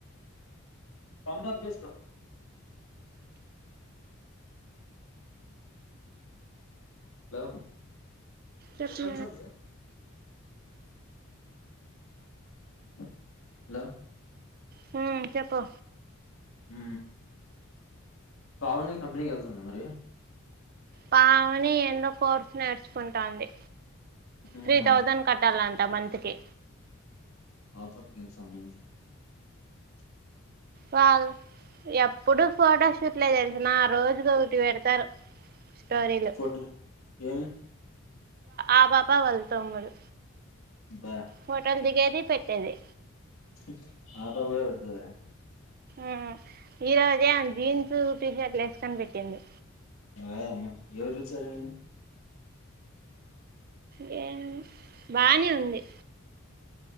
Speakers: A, on the left; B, on the right.
A: <unintelligible> హలో
B: చెప్పు
A: ఒక్క నిమిషం <unintelligible> హలో
B: హు చెప్పు
A: ఊ పావని కంపెనీకి వెళ్తుందా మరి
B: పావని ఎందో కోర్సు నేర్చుకుంటాంది
A: మ్మ్
B: త్రీ
A: ఆ
B: తౌసేండ్ కట్టాల అంట టమంతికి
A: <unintelligible>
B: వాల్ ఎప్పుడు ఫోటోషూట్లే తెలిసిన ఆ రోజుకి ఒకటి పెడతారు స్టోరీలు
A: ఫోటో ఏమి
B: ఆ పాప వాళ్ళ తమ్ముడు
A: బా
B: హోటల్ దిగే మ పెట్టేది
A: హు పాప కూడా పెడతదాయే
B: ఉ ఈరోజే జీన్స్ టీషర్ట్లు వేసుకోని పెట్టింది
A: య అమ్మా ఎవరు చూసారనీ
B: యేం బానే ఉంది